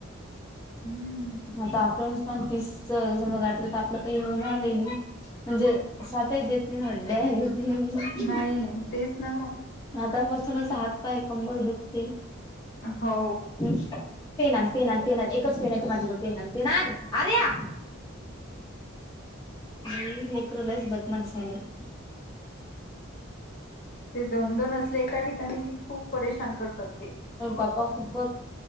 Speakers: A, on the left; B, on the left.
A: हम्म.
B: आता आपल्याच पण तीस समज गाठलं तर आपलं काही हो होणार आहेल. म्हणजे सातही देत नाही हड्डे्या आहेत.
A: नाही तेच नाम.
B: हातापासूनच हात पाय कंबर दुखते.
A: हो
B: पेना पे पे एकच पेन आहे त माझ्या पेनन पि अर्या. <inaudible> नाही लेकरलाच बदमाश झाले. <inaudible>
A: ते दोन-दोन असले एका ठिकाणी कि खूप. परेशान करतात ते
B: गप्पा खूपच